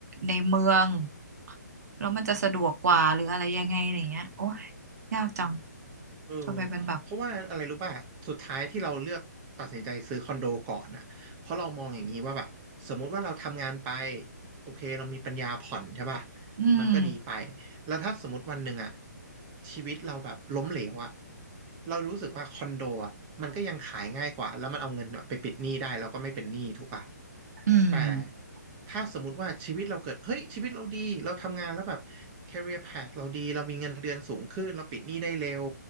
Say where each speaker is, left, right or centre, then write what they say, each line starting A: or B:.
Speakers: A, on the right (about 60°); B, on the right (about 20°).
A: ในเมืองแล้วมันจะสะดวกกว่าหรืออะไรยังไงอย่างเงี้ยโอ้ย ยากจัง
B: เออ
A: จะไปเป็นแบบ
B: เพราะว่าอะไรรู้ป่ะสุดท้ายที่เราเลือกตัดสินใจซื้อคอนโดก่อนน่ะเพราะเรามองอย่างนี้ว่าแบบสมมุติว่าเราทำงานไปโอเคเรามีปัญญาผ่อนใช่ป่ะ
A: อืม
B: มันก็ดีไปแล้วถ้าสมมติวันหนึ่งอะชีวิตเราแบบล้มเหลวอะเรารู้สึกว่าคอนโดอะมันก็ยังขายง่ายกว่าแล้วมันเอาเงินไปปิดหนี้ได้เราก็ไม่เป็นหนี้ถูกป่ะ
A: อืม
B: แต่ถ้าสมมุติว่าชีวิตเราเกิดเฮ้ยชีวิตเราดีเราทำงานแล้วแบบ career path เราดีเรามีเงินเดือนสูงขึ้นเราปิดหนี้ได้เร็ว